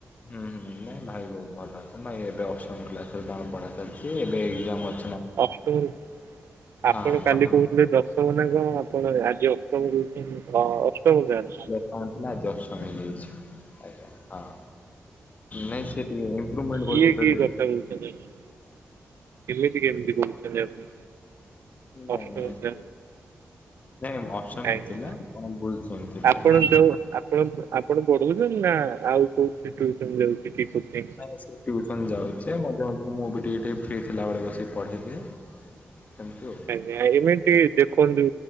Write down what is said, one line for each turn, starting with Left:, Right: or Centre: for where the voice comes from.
Left: ହୁଁ ହୁଁ ନାଇଁ ଭାଇ ବହୁତ ଭଲ ଅଛନ୍ତି। ନାହିଁ ଏବେ ଅଷ୍ଟମ କ୍ଲାସରେ ତାଙ୍କର ପଢା ଚାଲିଛି। ଏବେ ଏକ୍ଜାମ୍ ଅ
Right: ଅଷ୍ଟମରେ,
Left: ହଁ
Right: ଆପଣ କାଲି
Left: ପଢା
Right: କହୁଥିଲେ ଦଶ ମ ନା କଣ, ଆପଣ ଆଜି ଅଷ୍ଟମ କହୁଛନ୍ତି। ତ ଅଷ୍ଟମ କ୍ଲାସ୍?
Left: ହ ଥିଲା, ଆଜି ଅଷ୍ଟମ ହେଇଯାଇଛି। ଆଜ୍ଞା। ହଁ, ନାଇଁ ସେ ଟିକେ ଇମ୍ପ୍ରୁବମେଣ୍ଟ କରୁଛି
Right: ଇଏ କି
Left: ତ ଧୀରେ
Right: କଥା
Left: ଧୀରେ।
Right: କହୁଛନ୍ତି ଏମିତି କେମିତି କହୁଛନ୍ତି ଆପଣ?
Left: ନାଇଁ
Right: ଅଷ୍ଟମ
Left: ନାଇଁ ସେ,
Right: ଯା
Left: ନାଇଁ ଅଷ୍ଟମ
Right: ଆଜ୍ଞା।
Left: ହିଁ ଥିଲା। କଣ ବୁଲ ସେଇଥି
Right: ଆପଣ
Left: ପାଇଁ
Right: ଯୋଉ ଆପଣ ଆପଣ ପଢଉଛନ୍ତି ନା ଆଉ କୋଉଠି ଟିଉସନ ଯାଉଛି କି? କୋଚିଂ?
Left: ନାଇ ସେ ଟ୍ୟୁସନ୍ ଯାଉଛି ମଝିରେ ମଝିରେ ମୁଁ ବି ଟିକେ ଟିକିେ ଫ୍ରି ଥିଲାବେଳେ ବସିକି ପଢ଼େଇଦିଏ ସେମିତି ଆଉ
Right: ଆଜ୍ଞା ଏମିତି ଦେଖନ୍ତୁ